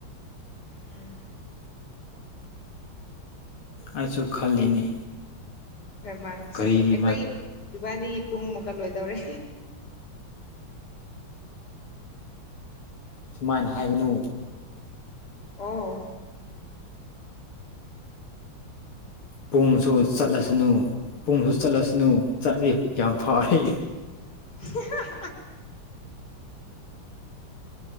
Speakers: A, on the left; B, on the left.
A: ꯎꯝ
B: ꯑꯩꯁꯨ ꯈꯜꯂꯤꯅꯤ
A: ꯔ꯭ꯔꯃꯥꯅꯁ
B: ꯀꯔꯤꯒꯤ
A: ꯑꯩꯈꯣꯏꯒꯤ ꯏꯕꯥꯅꯤꯒꯤ ꯄꯨꯡꯃꯨꯛꯀ ꯂꯣꯏꯗꯧꯔꯦ
B: ꯁꯨꯃꯥꯏꯅ ꯍꯥꯏꯒꯅꯨ
A: ꯑꯣ
B: ꯄꯨꯡꯁꯨ ꯆꯠꯂꯁꯅꯨ ꯄꯨꯡꯁꯨ ꯆꯠꯂꯁꯅꯨ ꯆꯠꯂꯗꯤ ꯌꯥꯝ ꯐꯥꯎꯔꯦ
A: <unintelligible>